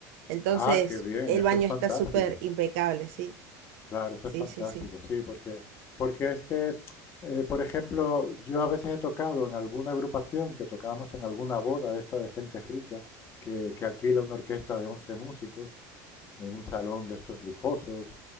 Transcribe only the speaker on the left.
Ah, qué bien,
eso
es fantástico.
Claro, eso
es fantástico,
sí, porque, porque es que, eh, por ejemplo, yo a veces he tocado en alguna agrupación que tocábamos en alguna boda de esta de gente rica que, que alquila una orquesta de 11 músicos en un salón de estos lujosos